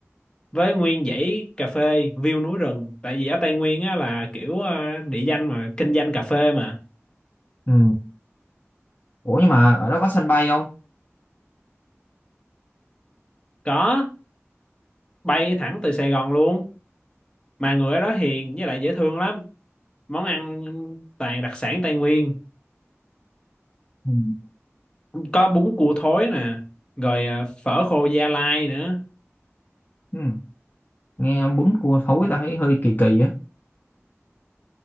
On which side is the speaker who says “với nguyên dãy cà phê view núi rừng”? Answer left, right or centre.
Left